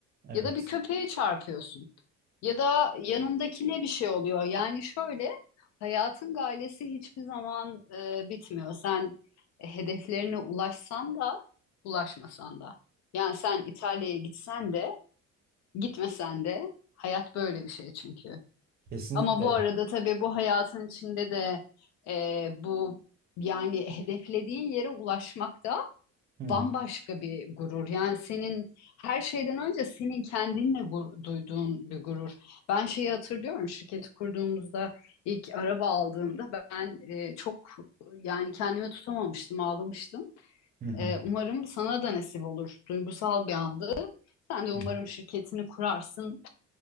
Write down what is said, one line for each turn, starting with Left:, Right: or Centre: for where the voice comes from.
Right: evet.
Left: Ya da bir köpeğe çarpıyorsun. Ya da yanındakine bir şey oluyor. Yani şöyle, hayatın galesi hiçbir zaman e, bitmiyor. Sen e, hedeflerine ulaşsan da, ulaşmasan da. Yani sen İtalya'ya gitsen de, gitmesen de hayat böyle bir şey çünkü.
Right: Kesinlikle.
Left: Ama bu arada tabii bu hayatın içinde de e, bu yani hedeflediğin yere ulaşmak da
Right: Hı hı.
Left: bambaşka bir gurur. Yani senin her şeyden önce senin kendinle gur- duyduğun bir gurur. Ben şeyi hatırlıyorum şirketi kurduğumuzda ilk araba aldığımda ben e, çok yani kendime tutamamıştım, ağlamıştım.
Right: Hı hı.
Left: E, umarım sana da nasip olur. Duygusal bir andı. Sen de umarım
Right: Hı hı.
Left: şirketini kurarsın